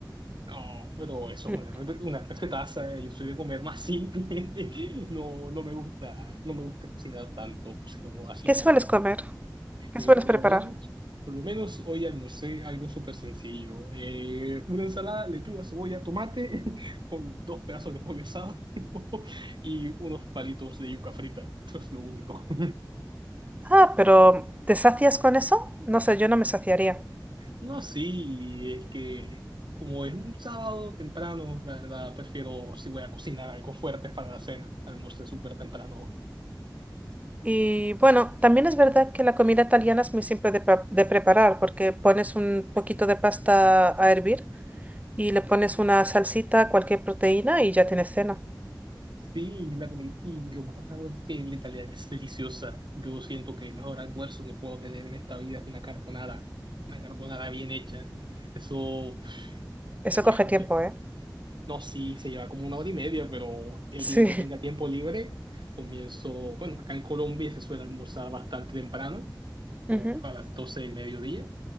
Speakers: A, on the right; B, on the right.
A: No, pero eso
B: Mm.
A: es una, rete- una recetaza. eh. Yo soy de comer más simple. <laughs> No, no me gusta, no me gusta cocinar tanto, cocino lo básico.
B: ¿Qué sueles comer? ¿Qué
A: Eh,
B: sueles
A: por
B: preparar?
A: lo menos, por lo menos hoy almorcé algo súper sencillo. Eh, una ensalada, lechuga, cebolla, tomate, <laughs> con dos pedazos de pollo asado <laughs> y unos palitos de yuca frita. Eso es lo único. <laughs>
B: Ah, pero ¿te sacias con eso? No sé, yo no me saciaría.
A: No, sí, es que como es un sábado temprano, la verdad, prefiero si voy a cocinar algo fuerte para la cena. Almorcé súper temprano hoy.
B: Y bueno, también es verdad que la comida italiana es muy simple de, pa- de preparar porque pones un poquito de pasta a hervir. y le pones una salsita, cualquier proteína y ya tienes cena.
A: Sí, la comida, y lo más bacano es que la italiana es deliciosa. Yo siento que el mejor almuerzo que puedo tener en esta vida es una carbonara. Una carbonara bien hecha. Eso,
B: Eso
A: de lejos.
B: coge tiempo,
A: eh.
B: ¿eh?
A: No, sí, se lleva como una hora y media, pero el
B: Sí.
A: día que tenga tiempo libre, comienzo, bueno, acá en Colombia se suele almorzar bastante temprano,
B: <laughs>
A: como
B: Ujú.
A: a las 12 del mediodía.